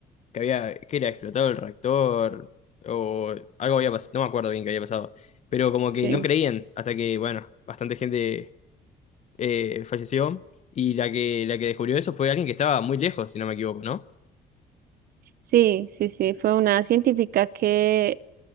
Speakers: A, on the left (about 40°); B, on the right (about 60°).
A: que había, que era explotado el reactor o algo había pasado, no me acuerdo bien qué había pasado, pero como que
B: sí,
A: no creían hasta que, bueno, bastante gente eh, falleció y la que, la que descubrió eso fue alguien que estaba muy lejos, si no me equivoco, ¿no?
B: sí, sí, sí, fue una científica que...